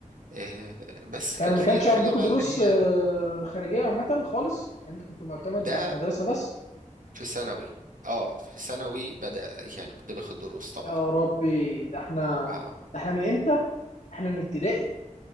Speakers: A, on the right; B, on the left.
A: آه بس
B: كان
A: كان في
B: ما كانش
A: الحاجة
B: عندكم
A: بقى
B: دروس
A: اللي هي
B: آه، خارجيه عامه خالص يعني انت كنت معتمد
A: ده
B: على المدرسه بس
A: في ثانوي اه في ثانوي بدأ يعني كنت باخد دروس طبعا
B: يا ربي ده احنا
A: آه
B: ده احنا من امتى احنا من ابتدائي